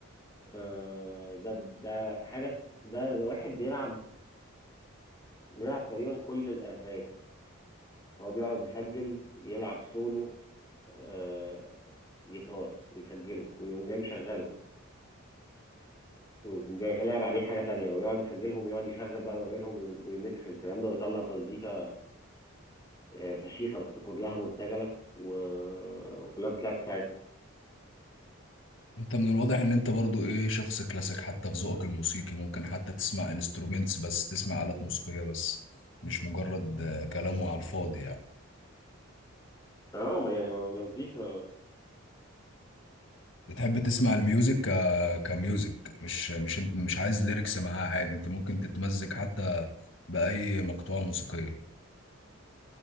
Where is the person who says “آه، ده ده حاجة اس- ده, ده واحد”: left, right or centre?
Left